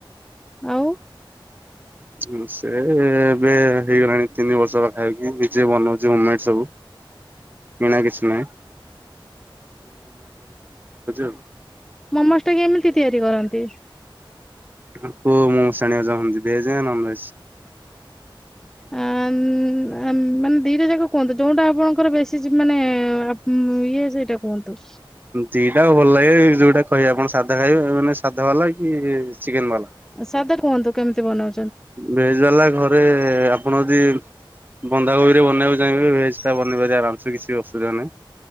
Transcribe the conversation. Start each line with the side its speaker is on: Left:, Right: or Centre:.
Centre: ଆଉ
Right: ଉ ସେ-ଏ-ଏ ଏବେ ହେଇଗଲାଣି ତିନି ବର୍ଷ ପାଖାପାଖି, ନିଜେ ବନଉଛି ହୋମ୍ ମେଡ୍ ସବୁ।
Centre: <inaudible>
Right: କିଣା କିଛି ନାଇଁ। ଆଉ।
Centre: ମୋମୋସ ଟା କେମିତି ତିଆରି କରନ୍ତି?
Right: କୋଉ ମୋମସ ଜାଣିବାକୁ ଚାହୁଁଛନ୍ତି ଭେଜ ନାଁ ନନଭେଜ?
Centre: ଅ-ଅ-ଅ-ଅ ଅ-ମ୍-ମ୍ ମାନେ ଦିଟା ଯାକ କୁହନ୍ତୁ। ଯୋଉଟା ଆପଣଙ୍କର ବେଶୀ ଯି ମାନେ-ଏ-ଏ-ଏ ହୁଁ ଇଏ ସେଇଟା କୁହନ୍ତୁ।
Right: ଦିଟାଙ୍କ ଭଲ ଲାଗେ। ଯୋଉଟା କହିବେ ଆପଣ ସାଧା ଖାଇବେ ମାନେ ସାଧା ଵାଲା କି-ଇ-ଇ-ଇ ଚିକେନ ବାଲା।
Centre: ସାଧା କୁହନ୍ତୁ କେମିତି ବନଉ
Right: ଭେଜ୍ ବାଲା ଘରେ-ଏ-ଏ ଆ ଆପଣ ଯଦି ବନ୍ଧାକୋବି ରେ ବନେଇବାକୁ ଚାହିଁବେ। ଭେଜ ଟା ବନେଇ ପାରିବେ ଆରାମ ସେ କିଛି ଅସୁବିଧା ନାହିଁ।